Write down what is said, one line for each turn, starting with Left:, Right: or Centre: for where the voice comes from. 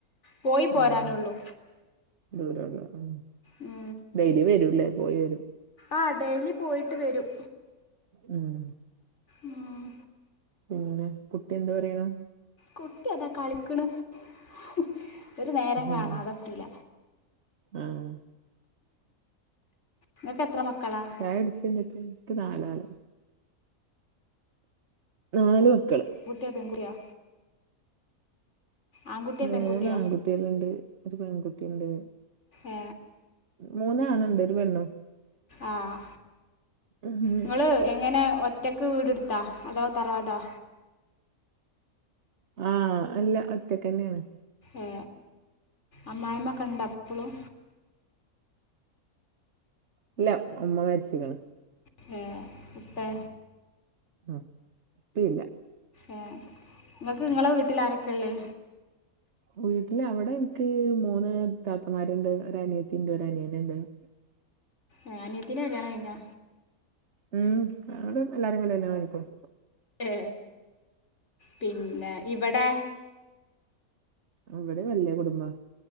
Left: പോയ്‌ പോരാനൊള്ളൂ
Right: ആഹ് <unintelligible>
Left: ഉം
Right: ഡെയ്‌ലി വരൂല്ലേ പോയിവരും
Left: ആ ഡെയിലി പോയിട്ട് വരും
Right: ഉം
Left: ഉം
Right: പിന്നെ കുട്ടി എന്ത് പറയണു.
Left: കുട്ടി അതാ കളിക്കണ് ഹ് ഒരു നേരം കാണാതൊക്കൂല
Right: ഉം ആഹ്
Left: ഇങ്ങക്ക് എത്ര മക്കളാ
Right: ചായ കുടിച്ചിനട്എ നിക്ക് നാലള് നാല് മക്കള്
Left: ഗുട്ടിയാ ബംഗൂരിയാ ആൺകുട്ടിയോ
Right: മൂന്നാൺകുട്ടികളിണ്ട്
Left: പെൺകുട്ടിയോ
Right: ഒരു പെൺകുട്ടിയിണ്ട്
Left: ഏ
Right: മൂന്നാണിണ്ട് ഒരു പെണ്ണും
Left: ആഹ്
Right: ഉം
Left: ഇങ്ങള് എങ്ങനെ ഒ റ്റക്ക് വീടടുത്തോ അതോ തറവാടാ
Right: ആഹ് അല്ല ഒറ്റക്കന്നെയാണ്
Left: ഏ അമ്മായിമ്മക്കണ്ട ഇപ്പളും.
Right: ഇല്ല ഉമ്മ മരിച്ച്ക്കണ്.
Left: ഹേ ഉപ്പേ
Right: ആഹ് ഇപ്പയില്ല
Left: ഏ ഇങ്ങക്ക് ഇങ്ങളെ വീട്ടില് ആരൊക്കെള്ളെ
Right: വീട്ടില് അവിടെ എനിക് മൂന്ന് താത്തമാരുണ്ട്, ഒരനിയത്തിണ്ട്, ഒരനിയനിണ്ട്. <inaudible>
Left: ഏ അനിത്തിൻ്റെ കല്യാണ കഴിഞ്ഞോ
Right: ഉം നങ്ങള് എല്ലാരങളല്ലെ കാണികൊള്ളൂ
Left: ഏ പിന്നെ ഇവടെ
Right: അവിടെ വല്ല്യ കുടുംബാ